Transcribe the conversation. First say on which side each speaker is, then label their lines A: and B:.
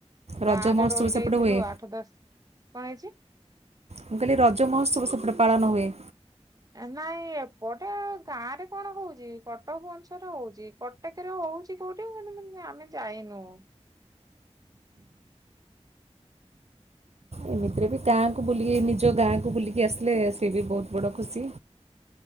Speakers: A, on the right (about 65°); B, on the right (about 30°).
A: ରଜ
B: ଗାଁରେ
A: ମହୋତ୍ସବ
B: ରହି
A: ସେପଟେ
B: ଯାଇଥିଲୁ
A: ହୁଏ
B: ଆଠ ଦଶ କଣ ହେଇଚି?
A: ମୁଁ କହିଲି ରଜ ମହୋତ୍ସବ ସେପଟେ ପାଳନ ହୁଏ।
B: ନାଇଁ ଏପଟେ ଗାଁ ରେ କଣ କହୁଚି କଟକ ଭୁବନେଶ୍ୱର ହଉଚି କଟକରେ ହଉ ହଉଛି କୋଉଠି କିନ୍ତୁ ମୁଁ ଆମେ ଯାଇନୁ।
A: ଏମିତିରେ ବି ଗାଁକୁ ବୁଲିକି ନିଜ ଗାଁକୁ ବୁଲିକି ଆସିଲେ ସିଏ ବି ବହୁତ ବଡ଼ ଖୁସି।